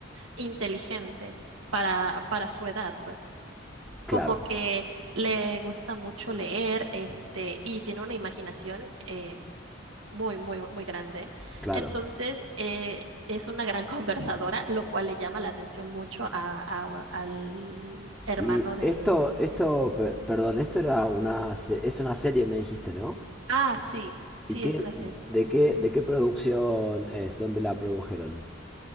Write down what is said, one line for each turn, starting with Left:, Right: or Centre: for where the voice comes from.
Right: inteligente para, para su edad, pues.
Centre: Claro,
Right: Como que le gusta mucho leer, este, y tiene una imaginación eh, muy, muy, muy grande.
Centre: claro.
Right: Entonces, eh, es una gran <laughs> conversadora, lo cual le llama la atención mucho a, a- al hermano
Centre: Y
Right: de...
Centre: esto, esto, pe- perdón, esto era una, se- es una serie, me dijiste, ¿no?
Right: Ah, sí, sí,
Centre: ¿Y qué,
Right: es una serie.
Centre: de qué, de qué producción es? ¿Dónde la produjeron?